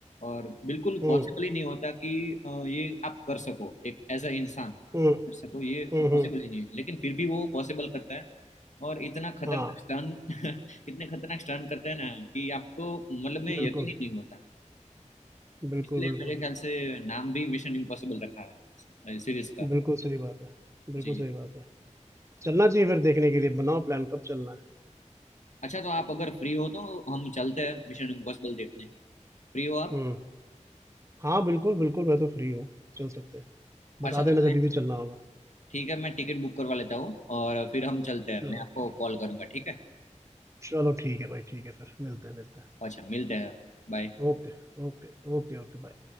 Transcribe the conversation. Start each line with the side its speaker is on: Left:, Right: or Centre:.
Left: और बिल्कुल
Right: हुँ,
Left: पॉसिबल ही नहीं होता कि अ, ये आप कर सको एक एज अ इंसान
Right: हुँ,
Left: कर सको ये
Right: हुँ,
Left: पॉसिबल
Right: हुँ।
Left: ही नहीं है लेकिन फिर भी वो पॉसिबल करता है और इतना खतरनाक
Right: हाँ,
Left: स्टन <laughs> इतने खतरनाक स्टन करता है ना कि आपको मतलब में यकीन
Right: बिल्कुल,
Left: ही नहीं होता
Right: बिल्कुल,
Left: इसलिए
Right: बिल्कुल।
Left: मेरे ख्याल से नाम भी मिशन इम्पॉसिबल रखा है सीरीज का
Right: बिल्कुल सही बात है, बिल्कुल
Left: जी
Right: सही बात है। चलना चाहिए फिर देखने के लिए, बनाओ प्लान कब चलना है।
Left: अच्छा तो आप अगर फ्री हो तो हम चलते हैं मिशन इम्पॉसिबल देखने फ्री हो आप
Right: हुँ। हाँ, बिल्कुल, बिल्कुल मैं तो फ्री हूँ, चल सकते हैं। बता
Left: अच्छा तो
Right: देना
Left: मैं
Right: जभी भी चलना होगा।
Left: ठीक है मैं टिकट बुक करवा लेता हूँ और फिर हम चलते हैं
Right: चलो
Left: मैं आपको
Right: ठीक
Left: कॉल
Right: है,
Left: करूंगा ठीक है
Right: चलो ठीक है भाई, ठीक है फिर मिलते हैं मिलते हैं।
Left: अच्छा मिलते हैं बाय
Right: Okay, okay, okay, okay, bye.